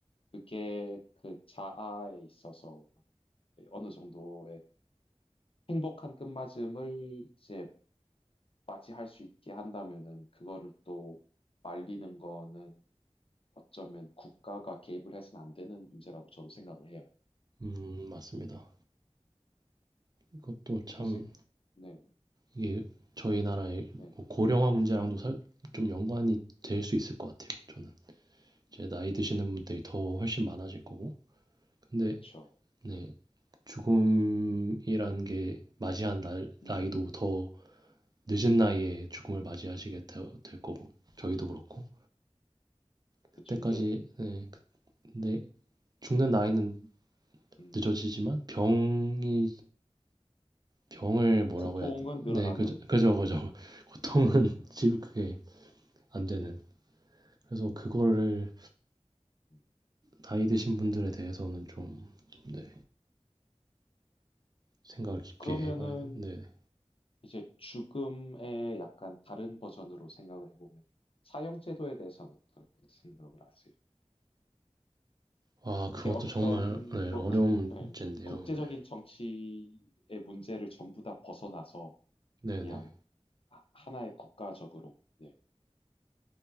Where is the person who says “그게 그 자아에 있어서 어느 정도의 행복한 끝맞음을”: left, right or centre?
Left